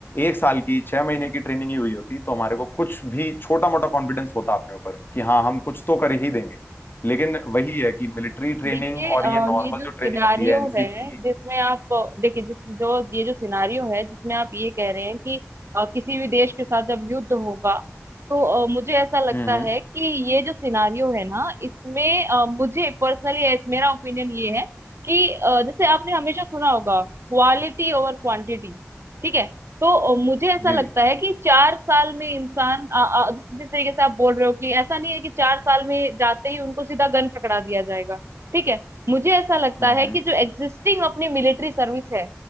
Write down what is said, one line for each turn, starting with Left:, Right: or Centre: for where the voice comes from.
Left: एक साल की छह महीने की ट्रेनिंग ही हुई होती तो हमारे को कुछ भी छोटा मोटा कॉन्फिडेंस होता अपने ऊपर कि हाँ हम कुछ तो कर ही देंगे लेकिन वही है कि मिलिट्री ट्रेनिंग
Right: देखिए अ,
Left: और ये नॉर्मल
Right: ये जो
Left: जो
Right: सिनारियो
Left: ट्रेनिंग होती है एनसीसी
Right: है
Left: की
Right: जिसमें आप अ, देखिए जिस जो ये जो सिनारियो है जिसमें आप ये कह रहे हैं कि अ, किसी भी देश के साथ जब युद्ध होगा तो अ, मुझे ऐसा लगता
Left: हम्म हम्म,
Right: है कि ये जो सिनारियो है ना इसमें अ, मुझे पर्सनली मेरा ओपिनियन ये है कि अ, जैसे आपने हमेशा सुना होगा क्वालिटी ओवर क्वांटिटी ठीक है तो अ, मुझे ऐसा
Left: जी
Right: लगता है कि चार साल में इंसान अ, अ, जिस जिस तरीके से आप बोल रहे हो कि ऐसा नहीं है कि चार साल में जाते ही उनको सीधा गन पकड़ा दिया जाएगा ठीक है मुझे ऐसा लगता
Left: हम्म हम्म
Right: है कि जो एग्जिस्टिंग अपनी मिलिट्री सर्विस है